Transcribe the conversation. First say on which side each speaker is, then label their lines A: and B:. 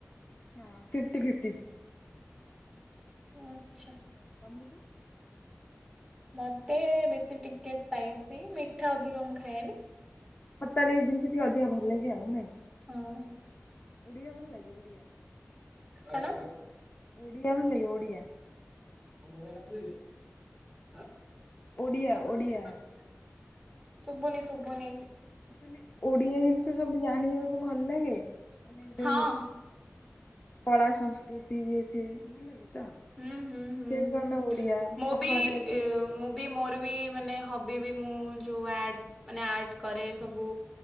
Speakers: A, on the left; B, in the centre.
A: ହଁ ଫିପ୍ଟି ଫିପ୍ଟି।
B: ଆଚ୍ଛା।
A: ହଁ ତମୁକୁ?
B: ମତେ ବେଶୀ ଟିକେ ସ୍ପାଇସି ମିଠା ଅଧିକ ମୁଁ ଖାଏନି।
A: ଖଟାଳିଆ ଜିନିଷ ଟିକେ ଅଧିକା ଭଲ ଲାଗେ ଆଉ ନାଇଁ?
B: ହଁ।
A: ଓଡ଼ିଆ ଭଲ ଲାଗେ ଓଡ଼ିଆ?
B: କଣ?
A: ଓଡ଼ିଆ ଭଲ ଲାଗେ ଓଡ଼ିଆ?
B: ବୋଉ କହିଲା ଏଇଆ ଯିବି ଆଁ
A: ଓଡିଆ ଓଡିଆ
B: <unintelligible>
A: ମୁଁ
B: ଶୁଭୁନି ଶୁଭୁନି?
A: ମୁଁ କହିଲି ଓଡିଆ ଜିନିଷ ସବୁ ଜାଣିବାକୁ ଭଲ ଲା ଗେ ମାନେ ଯୋଉ
B: ହଁ
A: କଳା ସଂସ୍କୃତି ଇଏ ଫିଏ ଭଲ ଲାଗେ ତ?
B: ହୁଁ, ହୁଁ, ହୁଁ,
A: ଯେହେତୁ ଆମେ ଓଡିଆ
B: ମୁଁ
A: ପଖାଳ
B: ବି
A: ଖାଇବାକୁ
B: ମୁଁ ବି ମୋର ବି ମାନେ ହବି ବି ମୁଁ ଯୋଉ ଆ ମାନେ ଆର୍ଟ କରେ ସବୁ